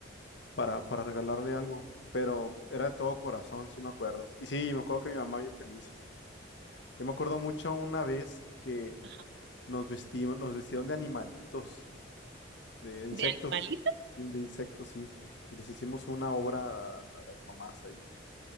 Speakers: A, on the left; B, on the right.
A: para, para regalarle algo, pero era de todo corazón, sí me acuerdo. Y sí, me acuerdo que mi mamá bien feliz. Yo me acuerdo mucho una vez que
B: Ajá.
A: nos vestimos, nos vestieron de animalitos, de insectos,
B: ¿De animalito?
A: de insectos, sí. Y les hicimos una obra a, a las mamás ahí.